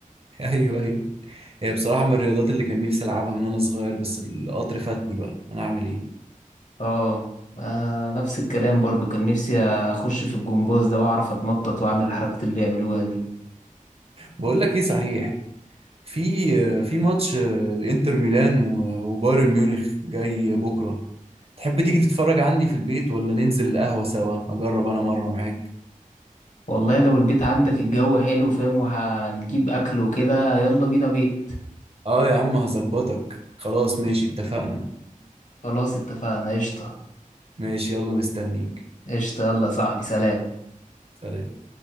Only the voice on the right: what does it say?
ايوه ايوه هي بصراحه من الرياضات اللي كان نفسي العبها من وانا صغير بس القطر فاتني بقى انا اعمل ايه
بقول لك ايه صحيح في في ماتش الانتر ميلان و- وبايرن ميونخ جاي بكره تحب تيجي تتفرج عندي في البيت ولا ننزل القهوه سوا اجرب انا مره معاك
اه يا عم هظبطك خلاص ماشي اتفقنا
ماشي يلا مستنيك
سلام